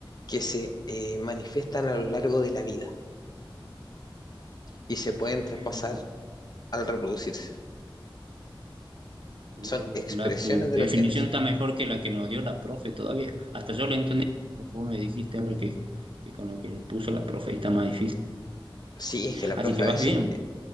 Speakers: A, on the left; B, on the right.
A: que se eh, manifiestan a lo largo de la vida y se pueden
B: Bien.
A: traspasar al reproducirse.
B: Uh,
A: Son expresiones
B: la, tu
A: de
B: definición
A: los genes.
B: está mejor que la que nos dio la profe todavía. Hasta yo lo entendí, mejor, vos me dijiste ahora que, que con lo que le puso la profe ahí está más difícil.
A: Sí, es que la
B: Así
A: profe
B: que vas
A: a veces,
B: bien.
A: eh,